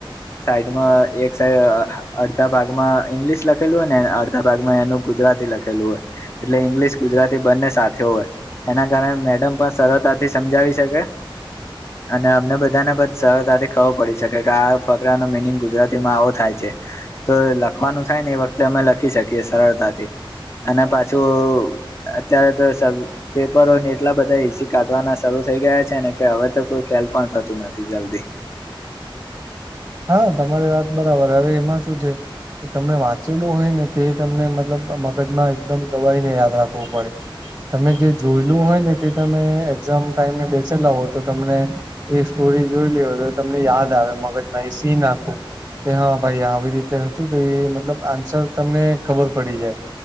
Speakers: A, on the left (about 30°); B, on the right (about 20°).
A: સાઈડમાં એક સાઈડ અડધા ભાગમાં ઈંગ્લિશ લખેલું હોય અડધા ભાગમાં એનું ગુજરાતી લખેલું હોય એટલે ઇંગ્લિશ ગુજરાતી બંને સાથે હોય. એના કારણે મેડમ પણ સરળતાથી સમજાવી શકે. અને અમને બધાને બધ સરતાથી ખબર પડી શકે કે આ ફકરા નો મિનિંગ ગુજરાતીમાં આવો થાય છે, તો લખવાનું થાય ને એ વખતે અમે લખી શકીએ સરળતાથી અને પાછું અત્યારે તો પેપરો એટલા બધા હિસી કાઢવાના શરૂ થઈ ગયા છે ને કે હવે તો કોઈ ફેલ પણ થતું નથી જલ્દી.
B: હા તમારી વાત બરાબર હવે એમાં શું છે. તમે વાંચેલું હોય ને તે તમને મતલબ મગજમાં એકદમ દબાઈને યાદ રાખવો પડે. તમે જે જોયેલું હોય ને તે તમે એક્ઝામ ટાઈમે બેસેલા હો તો તમને એ સ્ટોરી જોઈલી હોય તો તમને યાદ આવે મગજમાં એ સીન આખું. કે હા ભાઈ આવી રીતે હતું તો એ મતલબ આન્સર તમને ખબર પડી જાય.